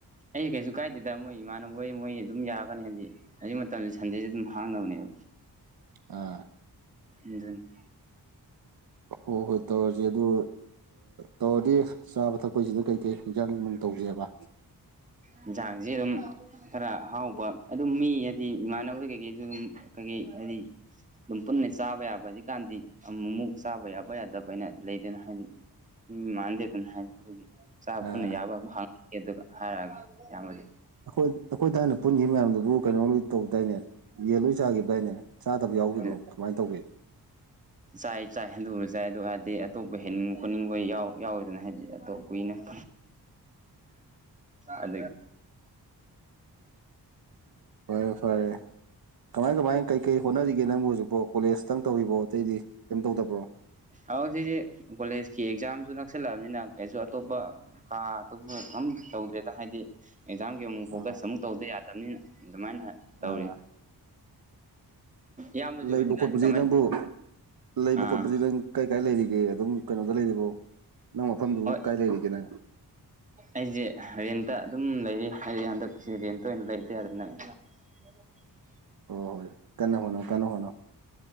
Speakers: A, on the right; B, on the right.
A: ꯑꯩꯁꯦ ꯀꯩꯁꯨ ꯀꯥꯏꯗꯦꯗ ꯃꯣꯏ ꯏꯃꯥꯟꯅꯕꯣꯏ ꯃꯣꯏ ꯑꯗꯨꯝ ꯌꯥꯒꯅꯤ ꯍꯧꯖꯤꯛ ꯍꯧꯖꯤꯛ ꯃꯇꯝꯁ ꯁꯟꯗꯦꯁꯦ ꯑꯗꯨꯝ ꯍꯥꯡꯅꯕꯅꯦꯕ
B: ꯑꯥ
A: ꯃꯝ <unintelligible>
B: ꯍꯣꯏ ꯍꯣꯏ ꯇꯧꯔꯁꯦ ꯑꯗꯣ ꯇꯧꯔꯗꯤ ꯆꯥꯕ ꯊꯛꯄꯁꯤꯅ ꯀꯩꯀꯩ ꯍꯟꯖꯥꯡ ꯅꯨꯡꯅꯨꯡ ꯇꯧꯁꯦꯕ
A: ꯌꯦꯟꯁꯥꯡꯁꯤ ꯑꯗꯨꯝ ꯈꯔ ꯍꯥꯎꯕ ꯑꯗꯨꯝ ꯃꯤ ꯍꯥꯏꯗꯤ ꯏꯃꯥꯟꯅꯕꯒꯤ ꯀꯩꯀꯩꯁꯨ ꯑꯗꯨꯝ ꯀꯩꯀꯩ ꯍꯥꯏꯗꯤ ꯑꯗꯨꯝ ꯄꯨꯟꯅ ꯆꯥꯕ ꯌꯥꯕ ꯍꯧꯖꯤꯛꯀꯥꯟꯗꯤ ꯑꯃꯨ ꯑꯃꯨꯛ ꯆꯥꯕ ꯌꯥꯕ ꯌꯥꯗꯕ ꯍꯥꯏꯅ ꯂꯩꯗꯅ ꯍꯥꯏꯗꯤ ꯎꯝ ꯃꯥꯟꯗꯦꯗꯅ ꯍꯥꯏ ꯑꯗꯨꯒꯤ ꯆ
B: ꯑꯥ
A: ꯄꯨꯟꯅ ꯌꯥꯕ ꯑꯃ ꯍꯪꯉꯒꯦ ꯑꯗꯨꯒ ꯍꯥꯏꯔꯛꯑꯒꯦ ꯏꯌꯥꯝꯕꯗꯤ
B: ꯑꯩꯈꯣꯏ ꯑꯩꯈꯣꯏꯗ ꯍꯥꯟꯅ ꯄꯨꯟꯈꯤꯕ ꯃꯌꯥꯝꯗꯨꯕꯨ ꯀꯩꯅꯣ ꯂ ꯇꯧ ꯇꯏꯅꯦ ꯌꯦꯟ ꯂꯣꯏ ꯆꯥꯒꯤꯕꯗꯥꯢꯅꯦ ꯆꯥꯗꯕ ꯌꯥꯎꯈꯤꯕ꯭ꯔꯣ
A: ꯑꯗꯨ
B: ꯀꯃꯥꯏꯅ ꯇꯧꯒꯦ꯫
A: ꯆꯥꯏ ꯆꯥꯏꯕꯁꯨ ꯆꯥꯏ ꯑꯗꯨ ꯍꯥꯏꯔꯗꯤ ꯑꯇꯣꯞꯄ ꯍꯦꯟꯅꯤꯡꯕ ꯈꯣꯠꯅꯤꯡꯕ ꯌꯥꯎꯋꯤꯗꯅ ꯍꯥꯏꯗꯤ ꯑꯇꯣꯞ ꯀꯨꯏꯅ <unintelligible> ꯑꯣ
B: ꯐꯔꯦ ꯐꯔꯦ ꯀꯃꯥꯏ ꯀꯃꯥꯏ ꯀꯩ ꯀꯩ ꯍꯣꯠꯅꯔꯤꯒꯦ ꯅꯪꯕꯨ ꯍꯧꯖꯤꯛꯄꯣ ꯀꯣꯂꯦꯖꯇꯪ ꯇꯧꯔꯤꯕꯣ ꯑꯇꯩꯗꯤ ꯀꯩꯝ ꯇꯧꯗꯕ꯭ꯔꯣ꯫
A: ꯑ ꯁꯤꯁꯦ ꯀꯣꯂꯦꯖꯀꯤ ꯑꯦꯛꯖꯥꯝꯁꯨ ꯅꯛꯁꯜꯂꯛꯑꯕꯅꯤꯅ ꯀꯩꯁꯨ ꯑꯇꯣꯞꯄ ꯀꯥ ꯑꯗꯨꯕꯨ ꯑꯝ ꯇꯧꯗꯦꯗ ꯍꯥꯏꯗꯤ ꯑꯦꯛꯖꯥꯝꯒꯤ ꯑꯃꯨꯛ ꯐꯣꯀꯁ
B: ꯑꯥ
A: ꯑꯃꯨꯛ ꯇꯧꯗ ꯌꯥꯗꯕꯅꯤꯅ ꯑꯗꯨꯃꯥꯏꯅ ꯇꯧꯔꯤ
B: ꯑꯥ
A: ꯏꯌꯥꯝꯕꯁꯨ
B: ꯂꯩꯕ
A: ꯍꯧꯖꯤꯛꯀꯥꯟꯁꯤ
B: ꯈꯣꯠꯄꯁꯦ
A: ꯀꯃꯥꯏ
B: ꯅꯪꯕꯨ ꯂꯩꯕ
A: ꯑꯥ
B: ꯈꯣꯠꯄꯁꯤ ꯅꯪ ꯀꯩ ꯀꯥꯏ ꯂꯩꯔꯤꯒꯦ ꯑꯗꯨꯝ ꯀꯩꯅꯣꯗ ꯂꯩꯔꯤꯕꯣ ꯅꯪ ꯃꯐꯝꯗꯨꯕꯨ
A: ꯍꯣꯏ
B: ꯀꯥꯏ ꯂꯩꯔꯤꯒꯦꯅ
A: ꯑꯩꯁꯦ ꯔꯦꯟꯇ ꯑꯗꯨꯝ ꯂꯩꯔꯤ ꯍꯥꯏꯗꯤ ꯍꯟꯗꯛꯁꯦ ꯔꯦꯟꯇ ꯑꯣꯏꯅ ꯂꯩꯇ ꯌꯥꯗꯅ ꯍ
B: ꯍꯣꯏ ꯍꯣꯏ ꯀꯟꯅ ꯍꯣꯠꯅꯧ ꯀꯟꯅ ꯍꯣꯠꯣ